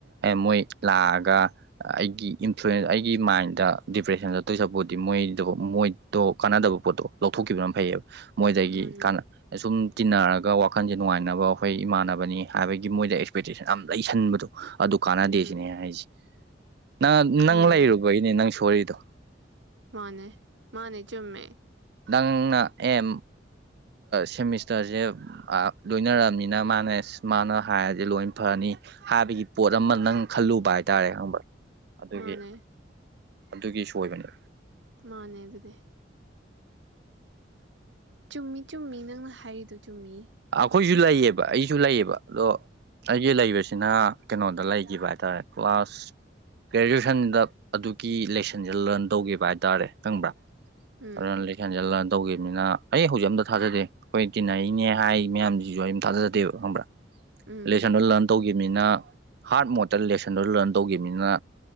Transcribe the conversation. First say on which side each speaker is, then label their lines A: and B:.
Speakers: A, on the right; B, on the right.
A: ꯃꯣꯏ ꯂꯥꯛꯑꯒ ꯑꯩꯒꯤ ꯏꯟꯐ꯭ꯂꯨꯌꯦꯟꯁ ꯑꯩꯒꯤ ꯃꯥꯏꯟꯗ ꯗꯤꯄ꯭ꯔꯦꯁꯟ ꯆꯠꯇꯣꯏ ꯆꯠꯄꯗꯤ ꯃꯣꯏꯗꯣ ꯃꯣꯏꯗꯣ ꯀꯥꯟꯅꯗꯕ ꯄꯣꯠꯇꯣ ꯂꯧꯊꯣꯛꯈꯤꯕꯅ ꯐꯩꯌꯦꯞ ꯃꯣꯏꯗꯒꯤ
B: ꯎꯝ
A: ꯀꯅ ꯁꯨꯝ ꯇꯤꯟꯅꯔꯒ ꯒ ꯋꯥꯈꯟꯁꯦ ꯅꯨꯡꯉꯥꯏꯅꯕ ꯑꯩꯈꯣꯏ ꯏꯃꯥꯟꯅꯕꯅꯤ ꯍꯥꯏꯕꯒꯤ ꯃꯣꯏꯗ ꯑꯦꯛꯁꯄꯦꯛꯇꯦꯁꯟ ꯌꯥꯝ ꯂꯩꯁꯟꯕꯗꯣ ꯑꯗꯨ ꯀꯥꯟꯅꯗꯦꯁꯤꯅꯦ
B: ꯎꯝ
A: ꯑꯩꯟ ꯍꯥꯏꯁꯤ ꯅ
B: ꯎꯝ
A: ꯅꯪ ꯂꯩꯔꯨꯕꯩꯅꯦ ꯅꯪ ꯁꯣꯔꯤꯗꯨ ꯇꯣ
B: ꯃꯥꯅꯦ ꯃꯥꯅꯦ ꯆꯨꯝꯃꯦ
A: ꯅꯪꯅ ꯑꯦꯝ ꯁꯦꯃꯤꯁꯇꯔꯁꯦ ꯂꯣꯏꯅꯔꯛꯑꯅꯤꯅ ꯃꯥꯅꯦ ꯃꯥꯅ ꯍꯥꯏꯔꯁꯦ ꯂꯣꯏ ꯐꯅꯤ ꯍꯥꯏꯕꯒꯤ ꯄꯣꯠ ꯑꯃ ꯅꯪ ꯈꯜꯂꯨꯕ ꯍꯥꯏꯇꯥꯔꯦ ꯈꯪꯕ ꯑꯗꯨꯒꯤ
B: ꯃꯥꯅꯦ
A: ꯑꯗꯨꯒꯤꯁꯨ ꯑꯣꯏꯕꯅꯤ
B: ꯃꯥꯅꯦ ꯑꯗꯨꯅꯤ ꯆꯨꯝꯃꯤ ꯆꯨꯝꯃꯤ ꯅꯪꯅ ꯍꯥꯏꯔꯤꯗꯨ ꯆꯨꯝꯃꯤ
A: ꯑꯩꯈꯣꯏꯁꯨ ꯂꯩꯌꯦꯕ ꯑꯩꯁꯨ ꯂꯩꯌꯦꯕ ꯑꯗꯣ ꯑꯩꯒꯤ ꯂꯩꯕꯁꯤꯅ ꯀꯩꯅꯣꯗ ꯂꯩꯈꯤꯕ ꯍꯥꯏꯇꯥꯔꯦ ꯀ꯭ꯂꯥꯁ ꯒ꯭ꯔꯦꯖꯨꯑꯦꯁꯟꯗ ꯑꯗꯨꯒꯤ ꯂꯦꯁꯟꯁꯦ ꯂꯔꯟ ꯇꯧꯈꯤꯕ ꯍꯥꯏꯇꯥꯔꯦ ꯈꯪꯕ꯭ꯔꯥ
B: ꯎꯝ
A: ꯑꯗꯨꯅ <unintelligible> ꯍꯦꯟꯖꯤꯂꯥꯟ ꯇꯧꯈꯤꯕꯅꯤꯅ ꯑꯩ ꯍꯧꯖꯤꯛ ꯑꯝꯇ ꯊꯥꯖꯗꯦ ꯑꯩꯈꯣꯏ ꯇꯤꯟꯅꯔꯤꯅꯦ ꯍꯥꯏ ꯃꯌꯥꯝꯁꯤꯁꯨ ꯑꯩꯝ ꯊꯥꯖꯗꯦꯕ ꯈꯪꯕ꯭ꯔꯥ
B: ꯎꯝ
A: ꯂꯦꯁꯅꯗꯨ ꯂꯟ ꯇꯧꯈꯤꯕ ꯃꯤꯅ ꯍꯥꯔꯠ ꯃꯣꯠꯇ ꯂꯦꯁꯟꯗꯣ ꯂꯔꯟ ꯇꯧꯈꯤꯕꯅꯤꯅ